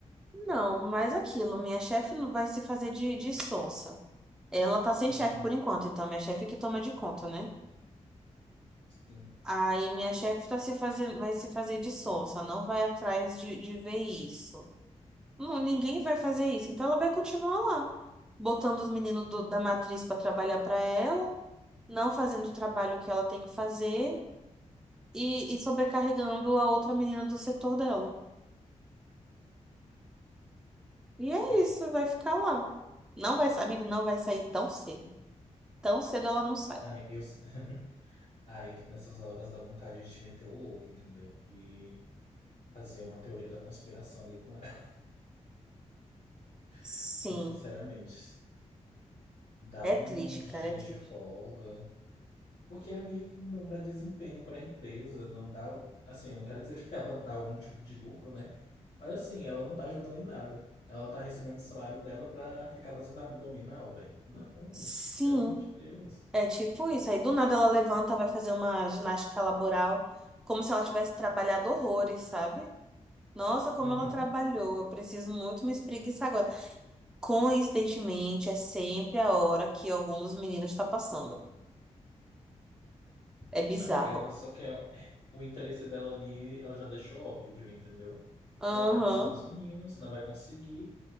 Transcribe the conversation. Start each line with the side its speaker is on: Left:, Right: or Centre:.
Centre: não, mas aquilo, minha chefe não vai se fazer de, de sonsa. Ela tá sem
Left: Uhum,
Centre: chefe por enquanto, então minha chefe é que toma de conta, né?
Left: sim.
Centre: Aí minha chefe tá se fazendo, vai se fazer de sonsa, não vai atrás de, de ver isso. Não, ninguém vai fazer isso. Então ela vai continuar lá, botando os meninos do- da matriz para trabalhar para ela, não fazendo o trabalho que ela tem que fazer e, e sobrecarregando a outra menina do setor dela. E é
Left: É.
Centre: isso, vai ficar lá. Não vai, sa- amigo, não vai sair tão cedo. Tão cedo ela não sai.
Left: Ai, eu... <laughs> Ai, nessas horas dá vontade de te meter o louco, entendeu? E fazer uma teoria da conspiração ali com ela.
Centre: Sim,
Left: <laughs> Porque, sinceramente, dá
Centre: é
Left: uns
Centre: triste, cara,
Left: dias
Centre: é triste.
Left: de folga Porque a amiga não dá desempenho para a empresa, não dá, assim, eu não quero dizer <laughs> que ela dá algum tipo de lucro, né? Mas assim, ela não tá ajudando em nada. Ela tá recebendo o salário dela pra ficar fazendo abdominal, velho. Não,
Centre: Sim,
Left: pelo amor de Deus.
Centre: é tipo isso. Aí do nada ela levanta, vai fazer uma ginástica laboral, como se ela tivesse trabalhado horrores, sabe? Nossa, como
Left: Uhum.
Centre: ela trabalhou. Eu preciso muito me espreguiçar agora. Coincidentemente, é sempre a hora que algum dos meninos está passando. É bizarro.
Left: Amiga, ela só quer <laughs> o interesse dela ali, ela já deixou óbvio, entendeu?
Centre: Aham.
Left: Ela quer a atenção dos meninos, não vai conseguir.